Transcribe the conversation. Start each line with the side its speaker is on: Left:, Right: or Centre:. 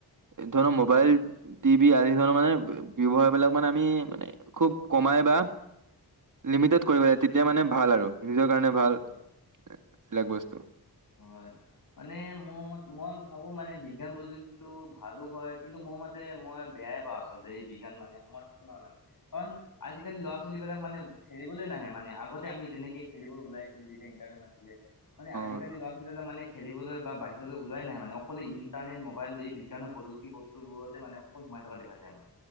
Right: এই ধৰ মোবাইল টিভি আদি ধৰ মানে। ব্যয়ৱহাৰ বিলাক মানে আমি মানে খুব কমাই বা লিমিটেড কৰিব লাগে তেতিয়া মানে। ভাল আৰু নিজৰ কাৰণে ভাল
Left: হয়।
Right: এইবিলাক বস্তু।
Left: হয় মানে মোৰ ম মই ভাবো মানে বিজ্ঞান প্ৰযুক্তিটো ভালো হয় কিন্তু। মোৰ মতে মই বেয়াই পাওঁ আচলতে এই বিজ্ঞান মানে সমৰ্থনয় মানে কাৰণ আজিকালি ল'ৰা ছোৱালী বিলাক মানে। মানে খেলিবলৈ নাহোনে আগতে আমি যেনেকে খেলিব ওলাইছিলো যেতিয়া ইন্টাৰনেট। মানে আজিকালি
Right: অ
Left: ল'ৰা ছোৱালী বিলাক মানে। খেলিবলৈ বা বাহিৰলৈ ওলাই নাহাই মানে অকলে ইণ্টাৰনেট মোবাইল এই বিজ্ঞানৰ প্ৰযুক্তি বস্তুবোৰতে মানে অকল। সোমাই থকা দেখা যায় ইমান